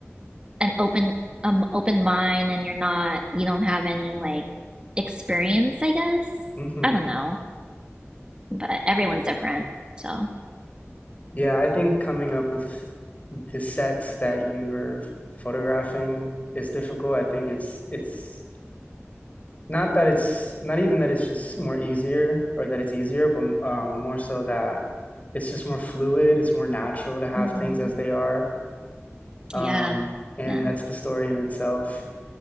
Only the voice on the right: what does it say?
an open um open mind and you're not you don't have any like experience. I guess
I don't know, but everyone's different. So
mhm.
yeah,
yeah,